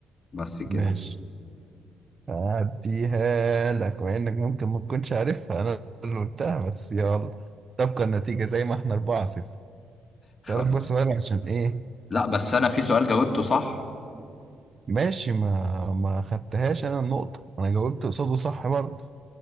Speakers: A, on the left; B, on the right.
A: بس كده
B: ماشي هديها لك مع انك ممكن ما تكونش عارفها انا اللي قلتها بس يلا تبقى النتيجة زي ما احنا 4 0
A: خلاص
B: اسألك بس سؤال عشان ايه
A: لا بس انا في سؤال جاوبته صح
B: ماشي ما ما خدتهاش انا النقطة انا جاوبت قصاده صح برضه